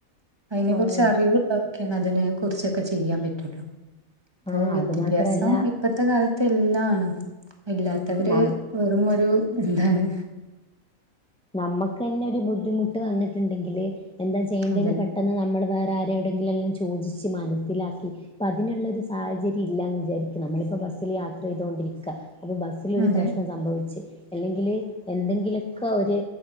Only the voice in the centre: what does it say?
ആഹ്
ആഹ്
അത് മാത്രല്ല
നം
ഞമ്മക്കെന്നെ ഒരു ബുദ്ധിമുട്ട് വന്നിട്ടുണ്ടെങ്കില് എന്താ ചെയ്യേണ്ടന്ന്
പെട്ടെന്ന് നമ്മള് വേ റാരോടെങ്കിലല്ലാം ചോദിച്ച് മനസ്സിലാക്കി ഇപ്പതിനുള്ളൊരു സാഹചര്യില്ലാന്ന് വിചാരിക്ക് നമ്മളിപ്പോ ബസ്സില് യാത്ര ചെയ്തൊണ്ടിരിക്ക അപ്പൊ ബസ്സിലൊരു
പ്രശ്നം സംഭവിച്ച് എല്ലെങ്കില് എന്തെങ്കിലൊക്കെ ഒര്